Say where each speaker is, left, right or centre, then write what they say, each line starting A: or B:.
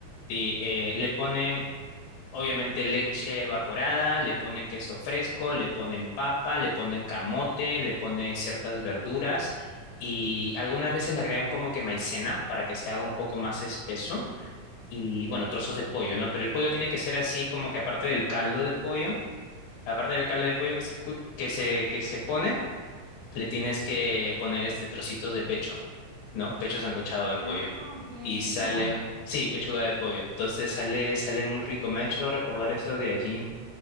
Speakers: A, on the left (about 90°); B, on the right (about 85°).
A: ti- eh, le ponen, obviamente, leche evaporada, le ponen queso fresco, le ponen papa, le ponen camote, le ponen ciertas verduras y algunas veces le agregan como que maicena para que se haga un poco más espeso. Y bueno, trozos
B: Ok.
A: de pollo, ¿no? Pero el pollo tiene que ser así como que aparte del caldo de pollo aparte del caldo de pollo que se escu- que se, que se pone, le tienes que poner este trocitos de pecho, ¿no? Pecho sancochado de
B: ah,
A: pollo.
B: ok,
A: Y
B: pechuga.
A: sale, sí, pechuga de pollo. Entonces sale, sale muy rico. Me ha hecho recordar eso de allí.